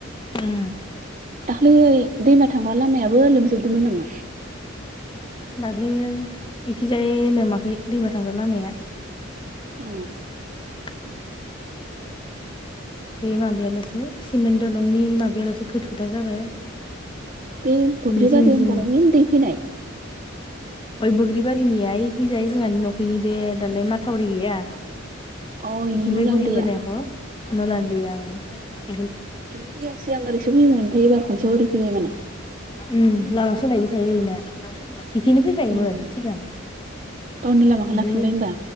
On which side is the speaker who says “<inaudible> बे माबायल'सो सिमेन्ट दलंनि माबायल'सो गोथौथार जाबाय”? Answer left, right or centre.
Left